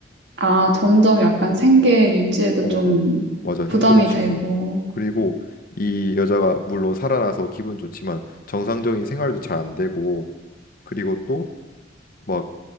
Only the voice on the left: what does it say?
어,
맞아. 힘들어지고.
그리고 이 여자가 물론 살아나서 기분 좋지만 정상적인 생활도 잘 안 되고 그리고 또 막